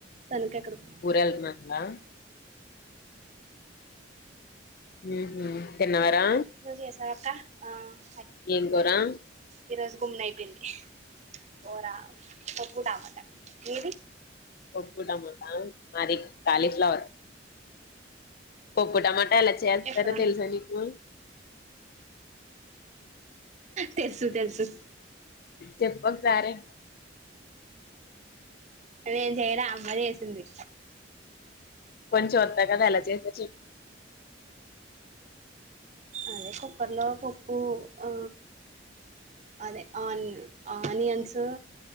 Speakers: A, on the right; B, on the left.
A: తనకేక్కడికో
B: ఊరెళ్తున్నట్టుందా ఉహు తిన్నారా
A: నువ్వు చేశావక్క అ
B: ఏం కురా
A: ఈ రోజు గుమ్నా అయిపోయింది. కూర పప్పు టమాటా ఏవి
B: పప్పు టమాటా మాది కాలీఫ్లవర్ పప్పు టమాటా ఎలా చేస్తారో
A: ఎక్కడ
B: తెలుసా నీకు
A: తెలుసు తెలుసు
B: చెప్ప ఒకసారే
A: నేను చేయలా అమ్మా చేసింది
B: కొంచెం వత్తాయ్ కదా ఎలా చేసావ్ చె
A: అదే కుక్కర్లో పప్పు ఉ అదే ఆని ఆనియన్స్